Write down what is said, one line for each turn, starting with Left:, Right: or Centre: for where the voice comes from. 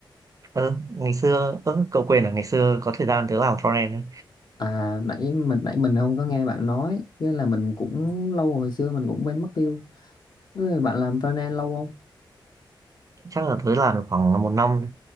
Right: ừ, ngày xưa ừ, cậu quên là ngày xưa có thời gian tớ làm frontend ấy.
Left: À nãy mình nãy mình không có nghe bạn nói, nên là mình cũng
Right: Ừ.
Left: lâu hồi xưa mình cũng quên mất tiêu. Thế Bạn làm front end lâu không?
Right: chắc là tớ làm được khoảng một năm